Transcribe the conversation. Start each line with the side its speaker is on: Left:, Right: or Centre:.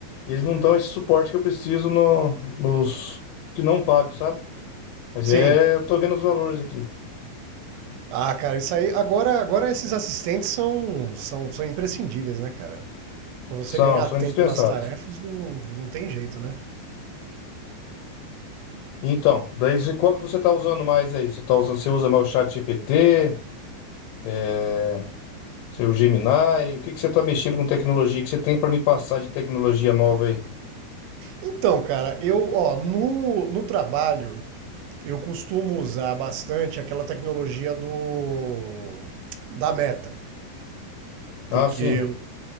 Left: eles não dão esse suporte que eu preciso no, nos que não pago, sabe? Mas
Right: Sim.
Left: é, eu tô vendo os valores aqui.
Right: Ah, cara, isso aí. Agora, agora esses assistentes são, são, são imprescindíveis, né, cara? Para você
Left: São,
Right: ganhar
Left: são
Right: tempo
Left: indispensáveis.
Right: nas tarefas, não, não tem jeito, né?
Left: Então, daí você- qual que você tá usando mais aí? Você tá usando, você usa mais o chat GPT, é, seu Gemini, o que que você tá mexendo com tecnologia que você tem para me passar de tecnologia nova aí?
Right: Então, cara, eu, ó, no, no trabalho, eu costumo usar bastante aquela tecnologia do da Meta,
Left: Ah,
Right: porque
Left: sim.
Right: eu